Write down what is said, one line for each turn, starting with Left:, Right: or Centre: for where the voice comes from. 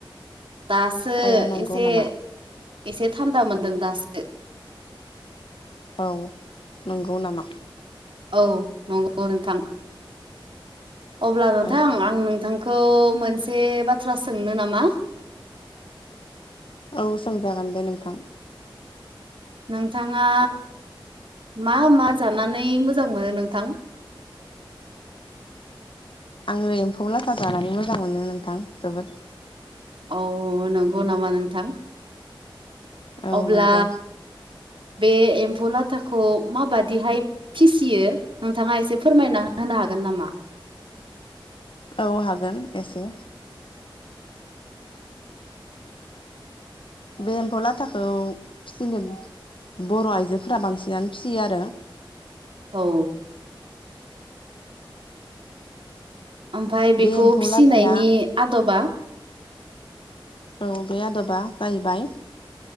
Right: दासो
Left: औ नंगौ
Right: एसे
Left: नामा
Right: एसे थान दा मोन्दों दासो।
Left: औ। नंगौ नामा?
Right: औ नंगौ नोंथां। अब्ला नोंथां
Left: औ
Right: आं नोंथांखौ मोन से बाथ्रा सोंनो नामा?
Left: औ सोंजागोन दे नोंथां।
Right: नोंथाङा मा मा जानानै मोजां मोनो नोंथां?
Left: आङो एम्फौ लाथा जानानै मोजां मोनो नोंथां जोबोद।
Right: अ' नोंगौ नामा नोंथां?
Left: औ
Right: अब्ला
Left: नंगौ
Right: बे एम्फौ लाथाखौ माबादिहाय फिसियो नोंथाङा एसे फोरमायना होनो हागोन नामा?
Left: औ हागोन एसे। बे एम्फौ लाथाखौ फिनो बर' आइजोफोरा बांसिनानो फियो आरो।
Right: औ। ओमफाय
Left: बे
Right: बेखौ
Left: एम्फौ
Right: फिसिनायनि
Left: लाथाया
Right: आद'बा?
Left: औ बे आद'बा जाहैबाय